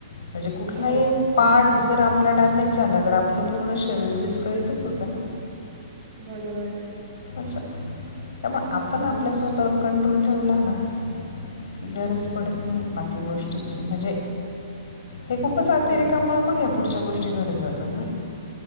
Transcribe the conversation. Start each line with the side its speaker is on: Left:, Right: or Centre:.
Left: म्हणजे कुठलाही
Right: अ,
Left: एक पार्ट जर आप पला डॅमेज झाला तर आपलं पूर्ण शरीर विस्कळीतच होतं ना.
Right: बरोबर आहे.
Left: असं त्यामुळे आपण
Right: हो,
Left: आपल्या स्वतःवर कंट्रोल ठेवला ना ती गरज
Right: हं, हं,
Left: पडत नाही बाकी गोष्टीची म्हणजे हे खूपच अतिरेकामुळं
Right: हो,
Left: मग या पुढच्या गोष्टी घडत जातात ना.